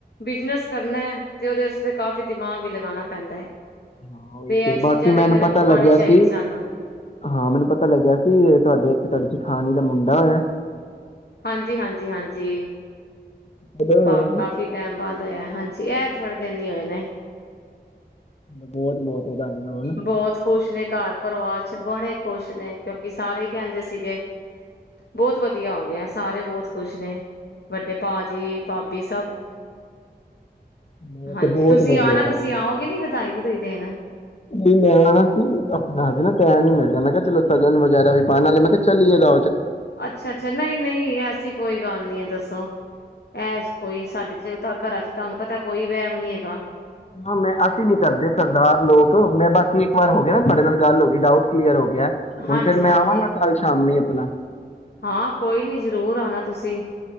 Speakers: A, on the left (about 75°); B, on the left (about 40°).
A: ਬਿਜਨਸ ਕਰਨਾ ਹੈ ਤੇ ਉਹਦੇ ਤੇ ਕਾਫੀ ਦਿਮਾਗ ਵੀ ਲਗਾਉਣਾ ਪੈਂਦਾ ਹੈ।
B: ਹਾਂ ਉਹੀ ਤੇ
A: ਇਹ
B: ਬਾਕੀ
A: ਚੀਜ਼ਾਂ
B: ਮੈਨੂੰ
A: ਫੇਰ
B: ਪਤਾ
A: ਆਉਣੀ
B: ਲੱਗਿਆ
A: ਚਾਹੀਦੀ
B: ਸੀ
A: ਸਾਨੂੰ
B: ਹਾਂ ਮੈਨੂੰ ਪਤਾ ਲੱਗਿਆ ਸੀ ਤੁਹਾਡੇ ਇੱਥੇ ਤੁਹਾਡੀ ਜੇਠਾਣੀ ਦਾ ਮੁੰਡਾ ਹੋਇਆ।
A: ਹਾਂਜੀ -ਹਾਂਜੀ -ਹਾਂਜੀ- ਹਾਂਜੀ
B: ਕਦੋਂ ਹੋਇਆ
A: ਬਾਹ
B: ਸੀ
A: ਕਾਫੀ ਟਾਈਮ ਬਾਅਦ ਆ ਹਾਂਜੀ ਇਹ ਥੋੜੇ ਦਿਨ ਹੀ ਹੋਏ ਨੇ
B: <unintelligible> ਵਧਾਈਆਂ ਹੋਣ
A: ਬਹੁਤ ਖੁਸ਼ ਨੇ ਘਰ ਪਰਿਵਾਰ ਚ ਬੜੇ ਖੁਸ਼ ਨੇ ਕਿਉਂਕਿ ਸਾਰੇ ਹੀ ਕਹਿੰਦੇ ਸੀਗੇ ਬਹੁਤ ਵਧੀਆ ਹੋ ਗਿਆ ਸਾਰੇ ਬਹੁਤ ਖੁਸ਼ ਨੇ ਵੱਡੇ ਭਾਜੀ ਭਾਬੀ ਸਭ
B: ਬਹੁਤ
A: ਹਾਂਜੀ
B: ਬਹੁਤ
A: ਤੁਸੀਂ
B: ਵਧੀਆ
A: ਆ ਨਾ ਤੁਸੀਂ
B: ਗੱਲ ਹੈ
A: ਆਓਗੇ ਨੀ ਵਧਾਈ ਵਧਾਈ ਦਿਨ
B: ਵੀ ਮੈਂ ਆਣਾ ਸੀ ਆਪਣਾ ਹੱਜ ਨਾ ਟੈਮ ਨੀ ਮਿਲਦਾ ਮੈਂ ਕਿਹਾ ਚਲੋ ਸਗਨ ਵਗੈਰਾ ਵੀ ਪਾਣ ਵਾਲੇ ਮੈਂ ਕਿਹਾ ਚਲੀਏਦਾ
A: ਅੱਛਾ ਅੱਛਾ ਨਹੀਂ ਨਹੀਂ ਐਸੀ ਕੋਈ ਗੱਲ ਨਹੀਂ ਦੱਸੋ ਐ ਕੋਈ ਸਾਡੇ ਚ ਜਦੋਂ ਘਰਾਂ ਚ ਤੁਹਾਨੂੰ ਪਤਾ ਕੋਈ ਵਹਿਮ ਨੀ ਹੈ-
B: ਹਾਂ ਮੈਂ ਅਸੀਂ ਨੀ ਕਰਦੇ ਸਰਦਾਰ ਲੋਕ ਮੈਂ ਬਾਕੀ ਇੱਕ ਵਾਰ ਹੋ ਗਿਆ ਨਾ ਤੁਹਾਡੇ ਨਾਲ ਗੱਲ ਹੋ ਗਈ ਡਾਊਟ ਕਲੀਅਰ ਹੋ ਗਿਆ ਹੁਣ
A: ਹਾਂਜੀ
B: ਫਿਰ
A: ਹਾਂਜੀ
B: ਮੈਂ ਆਵਾਗਾ ਕੱਲ੍ਹ ਸ਼ਾਮੀ ਆਪਣਾ
A: ਹਾਂ ਕੋਈ ਨੀ ਜ਼ਰੂਰ ਆਣਾ ਤੁਸੀਂ